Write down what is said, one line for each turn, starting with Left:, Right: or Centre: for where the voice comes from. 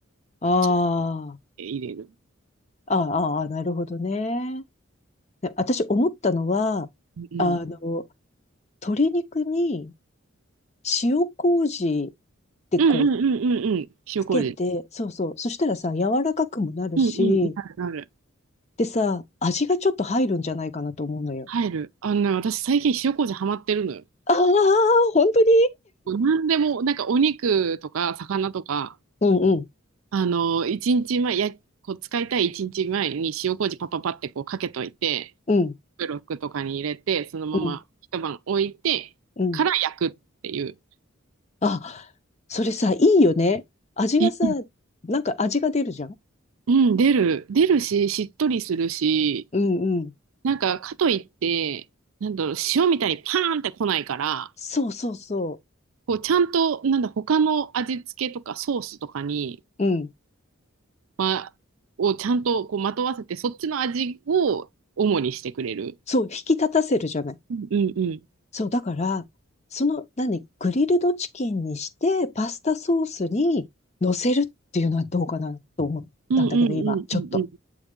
Left: あ
Right: ちょっと
Left: ー
Right: 入れる。
Left: あ、ああ、なるほどね。で私思ったのは、
Right: うん。
Left: あの、鶏肉に塩麹ってこう
Right: うんうんうんうんうん。塩麹。
Left: つけて、そうそう。そしたらさ、柔らかくもなるし、
Right: うんうん。なるなる。
Left: でさ、味がちょっと入るんじゃないかなと思うのよ。
Right: 入る。あのね、私最近塩麹ハマってるのよ。
Left: ああ、本当に
Right: 何でも、なんかお肉とか魚とか、
Left: <laughs> うんうん、
Right: あの、一日前、や、こう使いたい一日前に塩麹パパパってこうかけといて、
Left: うん、
Right: ブロックとかに入れて、そのまま一晩置いてから焼くっていう。
Left: うん、うん。あ、それさ、いいよね。味がさ、
Right: い
Left: なんか味が出るじゃん。
Right: うん、出る。出るし、しっとりするし、
Left: うんうん。
Right: なんかかといって、なんだろう、塩みたいにパーンって来ないから、
Left: そうそうそ
Right: こうちゃんと、なんだ、他の味付けとかソースとかに、
Left: う。うん。
Right: ま、をちゃんとこうまとわせて、そっちの味を主にしてくれる。
Left: そう、引き立たせるじゃない。
Right: うんうんうん。
Left: そう、だから、その、何、グリルドチキンにして、パスタソースに乗せるっていうのはどうかなと思ったんだけど、
Right: うんうんうんうんうん。
Left: 今、ちょっと。